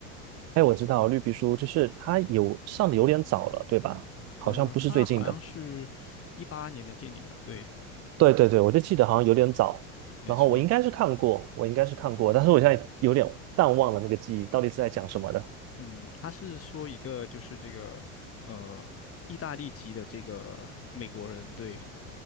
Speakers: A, on the right (about 40°); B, on the left (about 35°).
A: 哎，我知道《绿皮书》就是它有上的有点早了，对吧？好像不是最近的。
B: 呃，它好像是一八年的电影了，对，
A: 对对对，我就记得好像有点早。
B: 没错。
A: 然后我应该是看过，我应该是看过，但是我现在有点淡忘了那个记忆，到底是在讲什么的。
B: 嗯，他是说一个就是这个呃，意大利籍的这个美国人，对，